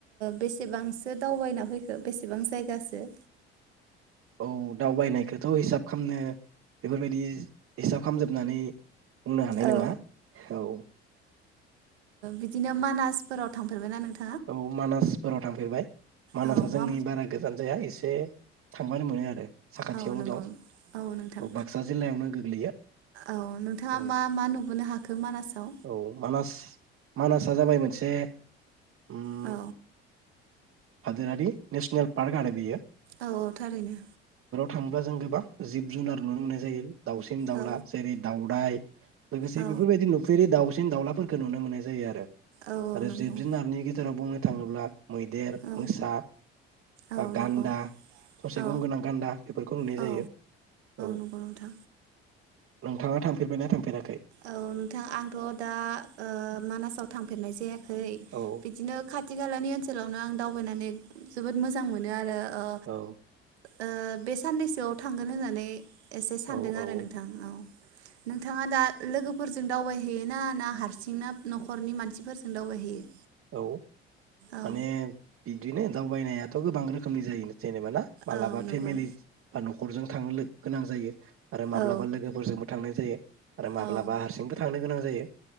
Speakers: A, on the right (about 75°); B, on the right (about 45°).
A: बेसेबांसो दावबायना फैखो बेसेबां जायगासो?
B: औ दावबायनायखौथ' हिसाब खालामनो बेफोरबायदि हिसाब खालामजोबनानै बुंनो हानाय
A: औ
B: नङा। औ
A: बिदिनो मानासफोराव थांफेरबायना नों
B: औ मानासफोराव थांफेरबाय। मानासआ
A: औ
B: जोंनि
A: मा
B: बारा गोजान जाया एसे एसे थांबानो मोनो आरो। साखाथियावनो
A: औ नंगौ
B: दं
A: औ नोंथां
B: बाक्सा जिल्लायावनो गोग्लैयो
A: औ नोंथाङा
B: औ
A: मा मा नुबोनो हाखो मानासाव?
B: औ मानास मानासआ जाबाय मोनसे उम
A: औ
B: हादोरारि नेसनेल पार्क आरो बियो।
A: औ थारैनो।
B: थाङोबा जों गोबां जिब जुनार नुनो मोननाय जायो। दावसिन दाउला
A: औ
B: जेरै दाउराइ, लोगोसे
A: औ
B: बेफोरबायदि नुफेरि दाउ सिन दावउलाफोरखो नुनो मोननाय जायो आरो।
A: औ
B: आरो
A: नंगौ
B: जिब-जुनारनि गेजेराव बुंनो थाङोब्ला मैदेर,
A: औ
B: मोसा बा
A: औ
B: गान्दा
A: नंगौ
B: थ'से
A: औ
B: गं गोनां गान्दा बेफोरखौ नुनाय
A: औ
B: जायो। औ
A: नंगौ नोंथां
B: नोंथाङा थांफेरबायना थांफेरा
A: औ नोंथां आंथ दा ओ मानासाव फथांफेरनाय जाया खै
B: औ
A: बिदिनो खाथि खालानि ओन फोरावनो आं दावबायनानै जोबोद मोजां मोनो आरो। ओ
B: औ।
A: ओ बे साननैसोआव थांगोन होननानै एसे सान्दों
B: औ
A: आरो
B: औ
A: नोंथां औ नोंथाङा दा लोगोफोरजों दावबायहैयोना ना हारसिं ना नखरनि मानसिफोरजों दावबायहैयो?
B: औ
A: औ
B: माने बि दिनो दावबायनायाथ' गोबां रोखोमनि जायो। जेनेबा ना मालाबा
A: औ नंगौ
B: फेमिलि न'खरजों थांनो गोनां जायो आरो माब्लाबा
A: औ
B: लोगोफोरजोंबो थांनाय जायो। आरो माब्लाबा
A: औ
B: हारसिंबो थांनो गोनां जायो।